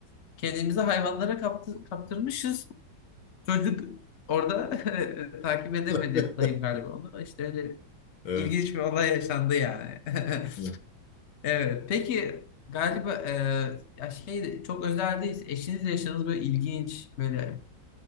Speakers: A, on the left; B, on the left.
A: Kendimizi hayvanlara kaptı, kaptırmışız. Çocuk orada <laughs> takip edemedi
B: <laughs>
A: dayım galiba onu. İşte öyle
B: Evet.
A: ilginç bir olay yaşandı yani. <laughs>
B: evet.
A: Evet. Peki galiba e, ya şey çok özel değil. Eşinizle yaşadığınız böyle ilginç böyle